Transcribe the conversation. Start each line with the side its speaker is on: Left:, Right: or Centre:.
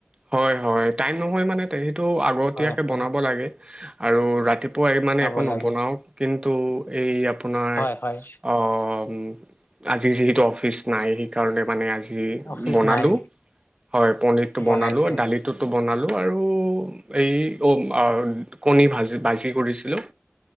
Right: হয়, হয় টাইম নহয় মানে সেইটো আগতীয়াকে
Left: হয় হয়
Right: বনাব লাগে আৰু ৰাতিপুৱা মানে
Left: খাব
Right: একো নবনাও।
Left: লাগে
Right: কিন্তু এই আপোনাৰ
Left: হয় হয়
Right: অহ' আজি যিহেতু অফিচ নাই, সেইকাৰণে মানে আজি জি
Left: অফিচ
Right: বনালোঁ
Left: নাই
Right: হয় পণীৰটো
Left: বনাইছে
Right: বনালোঁ দালিটো বনালোঁ আৰু ইয় অ' আ কণী ভাজি ভাজি কৰিছিলোঁ।